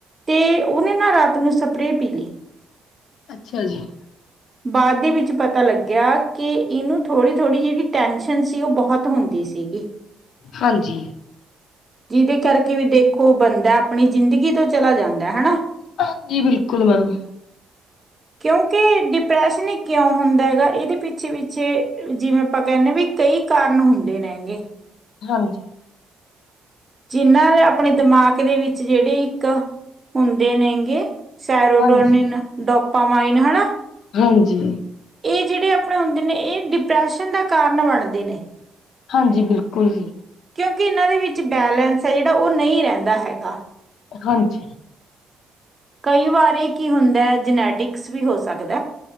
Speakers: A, on the right; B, on the left.
A: ਤੇ, ਓਨੇ ਨਾ ਰਾਤ ਨੂੰ ਸਪਰੇ ਪੀ ਲੀ
B: ਅੱਛਾ ਜੀ।
A: ਬਾਦ ਦੇ ਵਿੱਚ ਪਤਾ ਲੱਗੇਆ, ਕਿ ਇਨੂੰ ਥੋੜੀ-ਥੋੜੀ ਜਿਹੜੀ ਟੈਂਸ਼ਨ ਸ਼ਨ ਸੀ, ਓ ਬੋਹਤ ਹੁੰਦੀ ਸੀ ਗੀ
B: ਹਾਂਜੀ।
A: ਜਿਦੇ ਕਰਕੇ ਵੀ ਦੇਖੋ ਬੰਦਾ ਅਪਣੀ ਜ਼ਿਦੰਗੀ ਤੋਂ ਚਲਾ ਜਾਂਦੈ, ਹਣਾ
B: ਹਾਂਜੀ, ਬਿਲਕੁਲ ਮੈਮ।
A: ਕਯੋਂਕਿ ਡਿਪਰੈਸ਼ਨ ਈ ਕਯੋਂ ਹੁੰਦਾ ਹੈਗਾ, ਇਦੇ ਪਿ ਵਿੱਚੇ-ਵਿੱਚੇ, ਜਿਵੇਂ ਅਪਾਂ ਕੈਨੇ ਆ ਵਈ ਕਈ ਕਾਰਨ ਹੁੰਦੇ ਨੈਂ ਗੇ
B: ਹਾਂਜੀ।
A: ਜਿੰਨਾਂ ਦੇ ਅਪਣੇ ਦਿਮਾਕ ਦੇ ਵਿੱਚ ਜੇੜੇ ਇੱਕ, ਹੁੰਦੇ ਨੇੰਗੇ ਸੈਰੋ
B: ਹਾਂਜੀ
A: ਡੋਨਿਨ, ਡੋਪਾਮਾਈਨ ਹਣਾ
B: ਹਾਂਜੀ।
A: ਇਹ ਜੇੜੇ ਅਪਣੇ ਹੁੰਦੇ ਨੇ, ਏ ਡਿਪ੍ਰੈਸ਼ਨ ਦਾ ਕਾਰਨ ਬਣਦੇ ਨੇ।
B: ਹਾਂਜੀ, ਬਿਲਕੁਲ ਜੀ।
A: ਕਯੋਂਕਿ ਇਨਾਂ ਦੇ ਵਿੱਚ ਬੈਲੇੈਂਸ ਐ ਜੜਾ ਓ ਨਈ ਰੈਂਦਾ ਹੈਗਾ।
B: ਹਾਂਜੀ।
A: ਕਈ ਵਾਰੀ ਕੀ ਹੁੰਦਾ ਹੈ, ਜਨੈਟਿਕਸ ਵੀ ਹੋ ਸਕਦੈ।